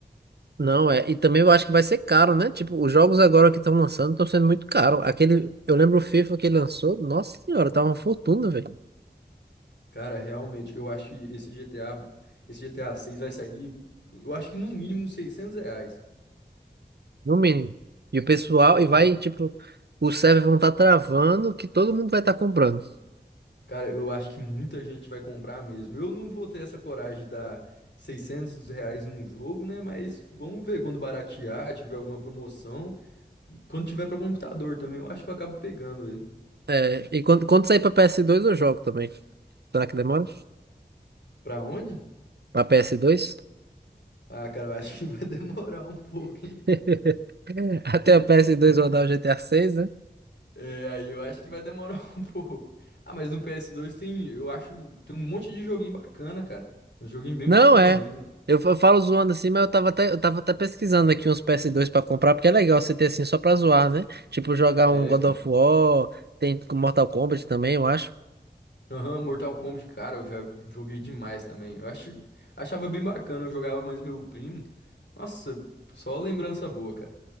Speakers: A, on the right; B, on the left.
A: Não, é. E também eu acho que vai ser caro, né? Tipo, os jogos agora que estão lançando estão sendo muito caros. Aquele, eu lembro o FIFA que ele lançou, nossa senhora, tá uma fortuna, velho.
B: Cara, realmente, eu acho que esse GTA, esse GTA 6 vai sair, eu acho que no mínimo uns 600 reais.
A: No mínimo. E o pessoal,
B: Aham.
A: e vai, tipo, os servers vão estar travando que todo mundo vai estar comprando.
B: Cara, eu acho que muita gente vai comprar mesmo. Eu não vou ter essa coragem de dar 600 reais num jogo, né? Mas vamos ver quando baratear, tiver alguma promoção. E quando tiver para computador também, eu acho que eu acabo pegando ele.
A: É, e quando, quando sair pra ps dois eu jogo também. Será que demora?
B: Pra onde?
A: Pra ps dois
B: Ah, cara, eu acho que <laughs> vai demorar um pouco, hein?
A: <laughs> Até a ps dois rodar o GTA né
B: É, aí eu acho que vai demorar <laughs> um pouco. Ah, mas no ps dois, tem, eu acho, tem um monte de joguinho bacana, cara. Um joguinho bem
A: Não
B: bacana
A: é.
B: mesmo.
A: Eu, eu falo zoando assim, mas eu tava até, eu tava até pesquisando aqui uns ps dois pra comprar, porque é legal você ter assim só pra zoar, né? Tipo, jogar
B: É,
A: um God
B: cara.
A: of War, tem com Mortal Kombat também, eu acho.
B: Aham, Mortal Kombat, cara, eu já joguei demais também. Eu acho, achava bem bacana, eu jogava mais meu primo. Nossa, só lembrança boa, cara.